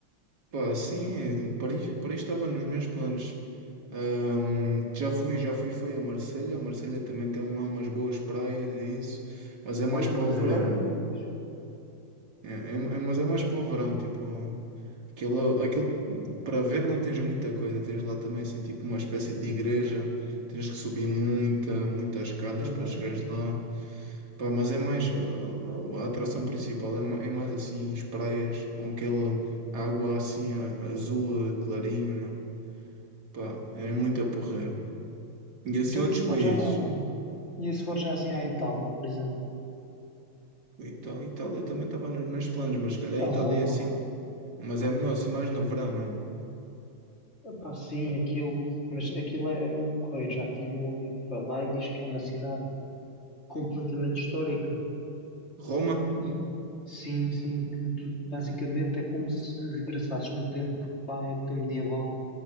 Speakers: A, on the right (about 55°); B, on the left (about 30°).
A: Pá, sim, é, Paris, Paris estava nos meus planos. Ahm, já fui, já fui, foi a Marselha. A Marselha também tem lá umas boas praias, é isso. Mas é
B: Olha,
A: mais para
B: Marselha
A: o verão.
B: era fixe.
A: É, é- é- mas é mais povrão, tipo, aquilo, aquilo para ver não tens muita coisa, tens lá também assim, tipo, uma espécie de igreja, tens que subir muita, muitas escadas
B: Uhum.
A: para chegares lá. Pá, mas é mais, eh, a atração principal é, ma- é mais assim, as praias com aquele água assim a- azul eh, clarinho, meu. Pá, é muito a porrer. E
B: Então,
A: assim outros
B: isso
A: países.
B: já. E se for já assim à Itália, por exemplo,
A: Ita- Itália também estava nos meus planos, mas se calhar
B: a
A: a
B: Roma,
A: Itália é assim, mas é melhor assim mais no verão, não?
B: epá, sim, aquilo, mas aquilo é, é muito correio. Já tive um amigo que foi lá e diz que é uma cidade completamente histórica.
A: Roma?
B: E sim, sim, que tu basicamente é como se regressasses no tempo para a época medieval.